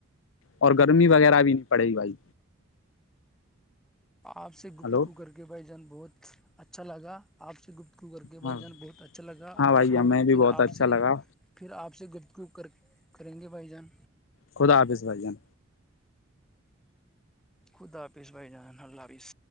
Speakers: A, on the left; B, in the centre.
A: اور گرمی وغیرہ بھی نہیں پڑے گی بھائی
B: آپ سے گفتگو
A: ہلو
B: کر کے بھائی جان بہت اچھا لگا آپ سے گفتگو کر کے بھائی
A: ہاں
B: جان بہت اچھا لگا
A: ہاں بھائی
B: اور ہم
A: ہمیں بھی
B: پھر
A: بہت
B: آپ
A: اچھا
B: سے
A: لگا
B: پھر آپ سے گفگپ کریں گے بھائی جان
A: خدا حافظ بھائی جان
B: خدا حافظ بھائی جان اللہ حافظ